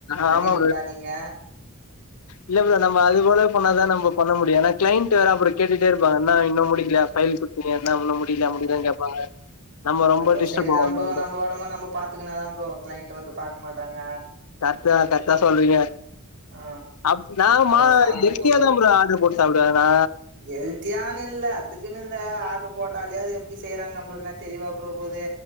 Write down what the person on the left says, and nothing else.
ஆமா
ப்ரோ
இல்ல ப்ரோ நம்ம அது போனா பண்ணாதா நம்ம பண்ண முடியு ஏனா க்ளைண்ட் வேற அப்பற கேட்டுட்டே இருப்பாங்க இன்னா இன்னு முடிக்லையா பைல்ஸ் இன்னு என்டா இன்னு முடிக்ல
முடிலன் கேப்பாங்க நம்ம ரொம்ப
டிஸ்டர்ப்
ஆவோமா
கரட்தா கரக்டா சொல்றீங்க
அப் நான்மா
எட்டுற தா ப்ரோ ஆ போட்டு சாப்டுவானா